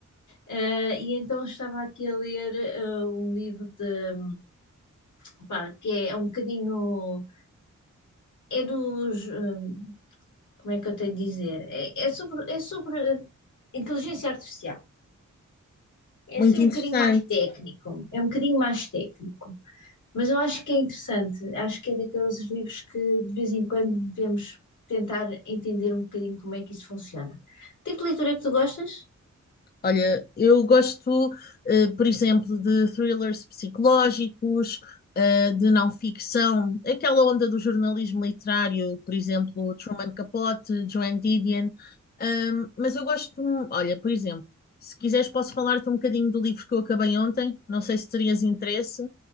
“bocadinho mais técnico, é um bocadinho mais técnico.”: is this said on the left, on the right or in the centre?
Left